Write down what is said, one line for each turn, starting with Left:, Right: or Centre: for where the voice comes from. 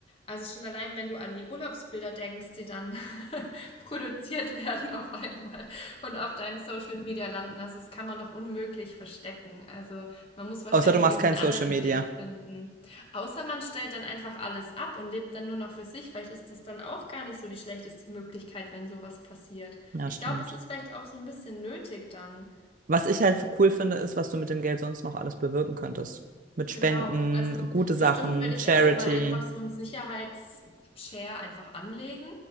Left: Also schon allein, wenn du an die Urlaubsbilder denkst, die dann <laughs> produziert werden auf einmal und auf deinem Social Media landen. Also das kann man doch unmöglich verstecken. Also man muss wahrscheinlich
Right: Außer du machst
Left: irgendwie
Right: kein
Left: einen
Right: Social
Left: anderen
Right: Media.
Left: Weg finden. Außer man stellt dann einfach alles ab und lebt dann nur noch für sich. Vielleicht ist das dann auch gar nicht so die schlechteste Möglichkeit, wenn sowas passiert.
Right: Ja,
Left: Ich
Right: stimmt.
Left: glaube, es ist vielleicht auch so ein bisschen nötig dann.
Right: Was ich halt cool finde, ist, was du mit dem Geld sonst noch alles bewirken könntest. Mit
Left: Genau,
Right: Spenden,
Left: also
Right: gute Sachen,
Left: bestimmt würde ich
Right: Charity.
Left: erstmal einfach so einen Sicherheitsshare einfach anlegen